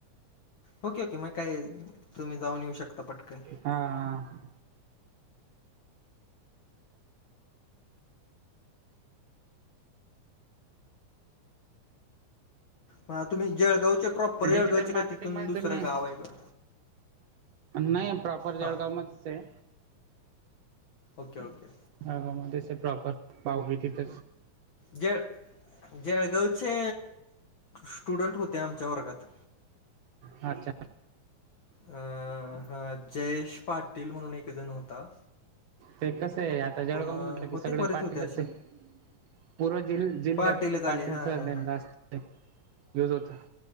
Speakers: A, on the left; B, on the right.
A: ओके ओके मग काय तुम्ही जाऊन येऊ शकता पटकन
B: हा हा
A: म तुम्ही जळगावचे प्रॉपर जळगावचे
B: डिजिटल मार्केटिंग
A: का तिथून
B: मध्ये
A: दुसरं
B: तुम्ही
A: गाव आहे का
B: नाही प्रॉपर जळगाव
A: हां
B: मच आहे
A: ओके ओके
B: हगा मध्ये अस प्रॉपर पाव बी तिथ
A: जळ जळगावचे स्टुडंट होते आमच्या वर्गात
B: अच्छा
A: अ हा जयेश पाटील म्हणून एक जण होता
B: ते कसं आहे आता जळगाव
A: पुन्हा
B: म्हटलं की
A: होते
B: सगळे
A: बरेच
B: पाटीलच
A: होते असे
B: आहे पूर्व जि जिल्ह्यात
A: पाटीलच
B: पाटीलचा
A: आले हां हां
B: नेम
A: हां
B: जास्त युज होता